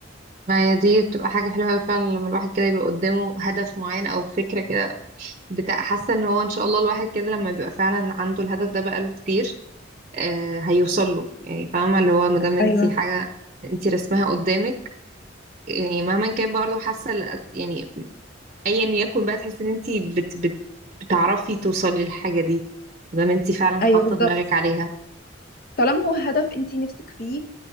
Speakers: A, on the right; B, on the left.
A: ما هي دي بتبقى حاجة حلوة أوي فعلا لما الواحد كده يبقى قدامه هدف معين أو فكرة كده بتاع حاسه ان هو ان شاء الله الواحد كده لما بيبقى فعلا عنده الهدف ده بقاله كتير آه هيوصل له يعني فاهمه اللي هو ما دام انت
B: ايوه
A: حاجه انت رسمها قدامك يعني مهما كان برضه حاسه ل- يعني ايا يكن بقى تحسي ان انت بت بت بتعرفي توصلي للحاجه دي ما دام انت فعلا
B: ايوه
A: حاطه
B: بالظبط
A: دماغك عليها
B: طالما هو هدف انتي نفسك فيه